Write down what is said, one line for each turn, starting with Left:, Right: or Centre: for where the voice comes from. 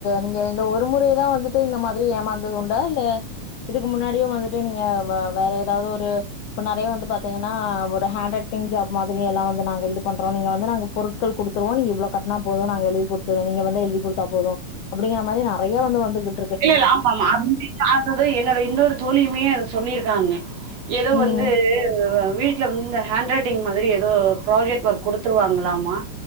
Left: நீங்க இந்த ஒரு முறைதா வந்துட்டு இந்த மாதிரி ஏமாந்தது உண்டா இல்ல இதுக்கு முன்னாடியோ வந்துட்டு நீங்க வேற ஏதாவது ஒரு இப்ப நெறைய வந்து பாத்தீங்கன்னா ஒரு ஹாண்ட் ரைட்டிங் ஜாப் மாதிரியெல்லா வந்து நாங்க இது பண்றோ நீங்க வந்து நாங்க பொருட்கள் குடுத் தோ நீங்க இவ்ளோ கட்டுனா போதோ நாங்க எழுதி கொடுத்துடுவோ நீங்க வந்து எழுதி கொடுத்தா போதும் அப்டிங்குறா மாதிரி நெறைய வந்து வந்துட்டு
Right: இல்லயில்ல ஆமா ஆமாம்மா அது என்னோட இன்னோரு தோழியுமே அத சொல்லியிருக்காங்க ஏதோ
Left: ம்
Right: வந்து வீட்ல வந்து இந்த ஹாண்ரட்டிங் மா திரி எதோ ப்ராஜெக்ட் ஒர்க் குடுத்துருவாங்களாமா